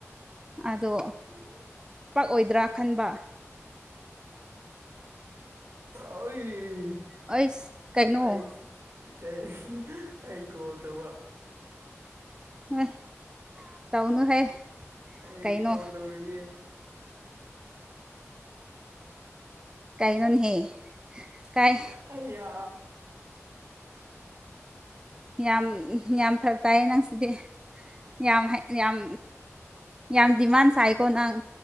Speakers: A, on the right; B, on the right.
A: ꯑꯗꯣ
B: ꯎꯝ
A: ꯄꯥꯛꯑꯣꯏꯗ꯭ꯔꯥ ꯈꯟꯕ
B: ꯑꯩ
A: ꯑꯩꯁ ꯀꯩꯅꯣ
B: ꯑꯁꯤ ꯀꯩ ꯑꯩ ꯀꯣꯜ ꯇꯧꯕ
A: ꯍꯣꯏ ꯇꯧꯅꯨꯍꯦ
B: ꯑꯩ
A: ꯀꯩꯅꯣ
B: ꯀꯣ ꯇꯧꯔꯤꯌꯦ
A: ꯀꯩꯅꫭꯅꯍꯦ ꯀꯥꯏ
B: ꯑꯌꯥ
A: ꯌꯥꯝ ꯌꯥꯝ ꯐꯔꯛ ꯇꯥꯏꯌꯦ ꯅꯪꯁꯤꯗꯤ ꯌꯥꯝ ꯌꯥꯝ ꯌꯥꯝ ꯗꯤꯃꯥꯟ ꯁꯥꯏꯀꯣꯅꯪ